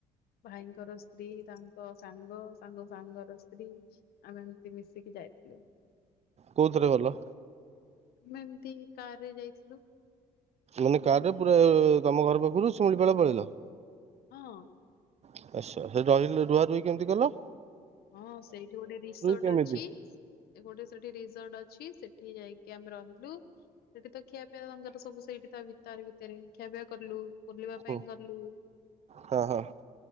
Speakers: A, on the left; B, on the right.
A: ଭାଇଙ୍କର ସ୍ତ୍ରୀ ତାଙ୍କ ସାଙ୍ଗ ସାଙ୍ଗ ସାଙ୍ଗର ସ୍ତ୍ରୀ ଆମେ ଏମତି ମିଶିକି ଯାଇଥିଲୁ। <inaudible>
B: କୋଉଥିରେ ଗଲ?
A: ଆମେ ଏମିତି କାର ରେ ଯାଇଥିଲୁ?
B: ମାନେ କାର ରେ ପୁରା ତମ ଘର ପାଖରୁ ଶିମିଳି ପାଳ ପଳେଇଲ।
A: ହଁ।
B: ଆଚଛା ସେ ରହିଲେ ରୁହା ରୁହି କେମିତି ଗଲ?
A: ହଁ ସେଇଠି ଗୋଟେ ରିସୋର୍ଟ
B: କେମିତି?
A: ଅଛି ଗୋଟେ ସେଠି ରିସର୍ଟ ଅ ଛି, ସେଠି ଯାଇକି ଆମେ ରହିଲୁ ସେଠି ତ ଖିଆପିଆ ରଙ୍ଗର ସବୁ ସେଇଠି ତା ଭିତରେ ଭିତରେ ଖିଆ ପିଆ କଲୁ। ବୁଲିବା
B: ହୁଁ
A: ପାଇଁ ଗଲୁ
B: ହଁ ହଁ